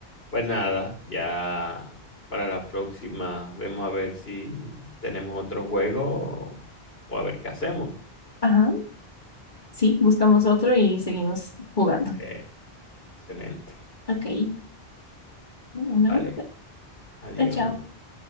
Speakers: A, on the left (about 65°); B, on the left (about 45°).
A: Pues nada, ya para la próxima vemos a ver si tenemos otro juego o, o a ver qué hacemos.
B: Ajá, sí, buscamos otro y seguimos jugando.
A: Sí, excelente.
B: Ok, bueno,
A: Vale, adiós.
B: chao,